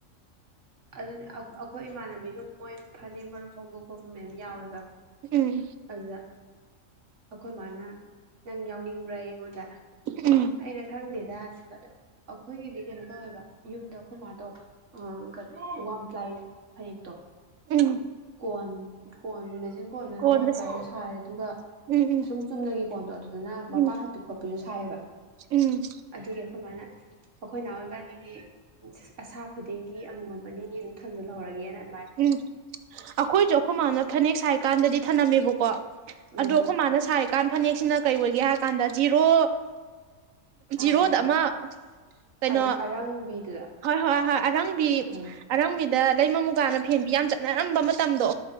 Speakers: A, on the right (about 65°); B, on the right (about 80°).
A: ꯑꯗꯨꯅꯦ ꯑ-ꯑꯩꯈꯣꯏ ꯏꯃꯥꯟꯅꯕꯤꯁꯨ ꯃꯣꯏ ꯐꯅꯦꯛ ꯃꯔꯨꯞ ꯍꯧꯕ ꯈꯣꯠꯄ ꯃꯌꯥꯝ ꯌꯥꯎꯋꯦꯕ
B: ꯎꯝ
A: ꯑꯗꯨꯗ ꯑꯈꯣꯏ ꯃꯥꯅ ꯅꯪ ꯌꯥꯎꯅꯤꯡꯕ꯭ꯔꯥꯌꯦ ꯑꯩꯉꯣꯟ ꯑꯗ
B: ꯎꯝ
A: ꯑꯩꯅ ꯈꯪꯗꯦꯗꯅ ꯍꯥꯏꯕ ꯑꯗ ꯑꯩꯈꯣꯏꯒꯤꯗꯤ ꯀꯩꯅꯣ ꯇꯧꯋꯦꯕ ꯌꯨꯝꯗ ꯑꯈꯣꯏ ꯃꯥꯗꯣ ꯑꯝ <unintelligible> ꯋꯥꯝ ꯄ꯭ꯂꯥꯏ ꯐꯅꯦꯛꯇꯣ
B: ꯎꯝ
A: ꯀꯣꯟ ꯀꯣꯟ ꯃꯦꯆꯤꯟ ꯀꯣꯟꯗꯅ
B: ꯀꯣꯟꯗ
A: ꯋꯥꯝ ꯄ꯭ꯂꯥꯏꯗꯣ ꯁꯥꯏꯔꯦ ꯑꯗꯨꯒ
B: ꯎꯝ ꯎꯝ
A: ꯁꯨꯝ ꯆꯨꯝꯅꯒꯤ ꯀꯣꯟꯗꯣ ꯑꯗꯨꯗꯅ ꯃꯄꯥꯟ
B: ꯎꯝ
A: ꯍꯛꯄꯤ ꯈꯣꯠꯄꯤꯗꯣ ꯁꯥꯏꯌꯦꯕ
B: ꯎꯝ
A: ꯑꯗꯨꯒꯤ ꯑꯩꯈꯣꯏ ꯃꯥꯅ ꯑꯩꯈꯣꯏꯅꯥꯎ ꯏꯕꯥꯅꯤꯒꯤ ꯖꯤꯁ ꯑꯁꯥ ꯈꯨꯠ ꯁꯤ ꯑꯃꯃꯝ ꯑꯅꯤꯅꯤ ꯑꯗꯨꯝ ꯊꯝꯖꯜꯍꯧꯔꯒꯦꯅ
B: ꯎꯝ ꯑꯩꯈꯣꯏꯁꯨ ꯑꯩꯈꯣꯏ ꯃꯥꯅ ꯐꯅꯦꯛ ꯁꯥꯏꯀꯥꯟꯗꯗꯤ ꯊꯝꯅꯝꯃꯦꯕꯀꯣ
A: ꯎꯝ
B: ꯑꯗꯨ ꯑꯩꯈꯣꯏ ꯃꯥꯅ ꯁꯥꯏ ꯀꯥꯟ ꯐꯅꯦꯛꯁꯤꯅ ꯀꯩ ꯑꯣꯏꯒꯦ ꯍꯥꯏ ꯀꯥꯟꯗ ꯖꯤꯔꯣ
A: ꯑꯥ
B: ꯖꯤꯔꯣꯗ
A: ꯑꯥ
B: ꯑꯃ
A: ꯑꯥ
B: ꯀꯩꯅꯣ
A: ꯑꯔꯪꯕꯤꯗꯨꯗ
B: ꯍꯣꯏ ꯍꯣꯏꯣ ꯍꯣꯏ ꯑꯔꯪꯕꯤ
A: ꯎꯝ
B: ꯑꯔꯪꯕꯤꯗ ꯂꯩꯃ ꯃꯨꯒꯥꯅ ꯌꯝ ꯆꯠꯅꯔꯝꯕ ꯃꯇꯝꯗꯣ